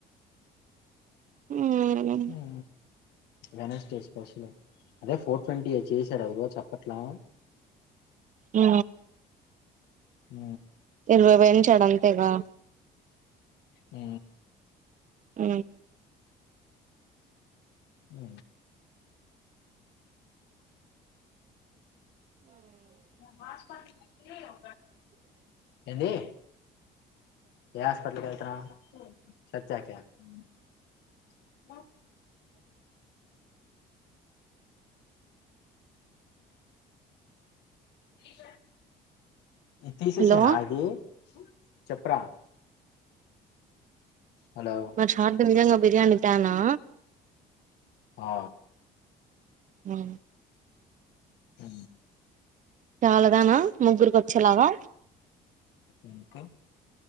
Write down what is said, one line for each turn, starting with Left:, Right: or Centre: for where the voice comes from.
Right: మ్మ్
Left: ఊ వెనర్స్డే స్పెషల్ అదే ఫోర్ ట్వంటీ చేసాడు అదిగో చెప్పట్లా
Right: ఊ
Left: ఊ
Right: ఇరవై వేంచడంతేగా
Left: ఊ
Right: ఊ
Left: ఊ వాస్పడ్లునయ్ ఎంది ఏ హాస్పిటల్కి వెళ్తార సత్యక అ నీ టీ షర్టు ఇ తీససానా
Right: హలో
Left: ఇది చెప్పురా హలో
Right: మంచి హాట్టు వుంది గా బిర్యానీ తనా
Left: ఆ
Right: ఉ
Left: అ
Right: చాలా దానా ముగ్గురికి వచ్చేలాగా
Left: ఎందుకు